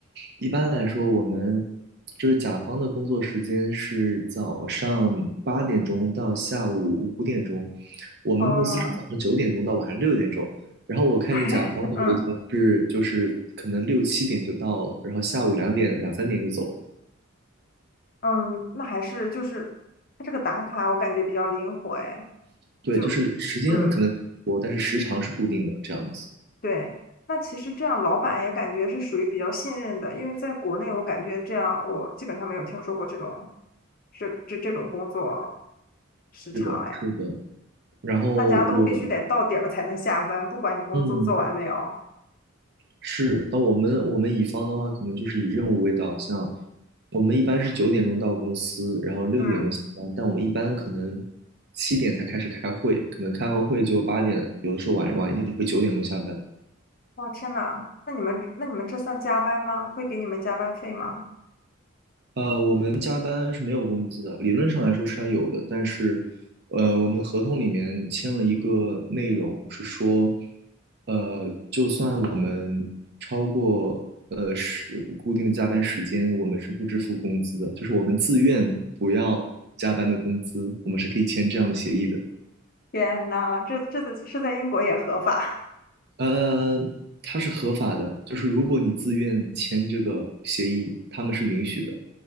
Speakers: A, on the right; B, on the left.
A: 一般来说，我们就是甲方的工作时间是早上八点钟到下午五点钟，我们公司是早上九点钟到晚上六点钟，
B: 哦，
A: 然后我看见甲方有的同事就是可能六七点就到了，
B: <laughs> 嗯。
A: 然后下午两点两三点就走了，
B: 嗯，那还是就是它这个打卡，我感觉比较灵活哎，
A: 对，
B: 就
A: 就是时间可能多，
B: 嗯，
A: 但是时长是固定的，这样子。
B: 对。那其实这样，老板也感觉是属于比较信任的，因为在国内，我感觉这样，我基本上没有听说过这种这这这种工作时长哎，
A: 是的，是的。然后我，
B: 大家都必须得到点儿才能下班，不管你工作做完没有。
A: 嗯，是，那我们我们乙方的话，可能就是以任务为导向。我们一般是九点钟到公司，然后六点钟下班，
B: 嗯，
A: 但我们一般可能七点才开始开会，可能开完会就八点，有的时候晚晚一点会九点钟下班。
B: 哇天呐，那你们那你们这算加班吗？会给你们加班费吗？
A: 呃，我们加班是没有工资的，理论上来说是要有的，但是，呃，我们合同里面签了一个内容是说，呃，就算我们超过呃是固定的加班时间，我们是不支付工资的，就是我们自愿不要加班的工资，我们是可以签这样的协议的。
B: 天呐，这这是在英国也合法
A: 呃，它是合法的，就是如果你自愿签这个协议，他们是允许的。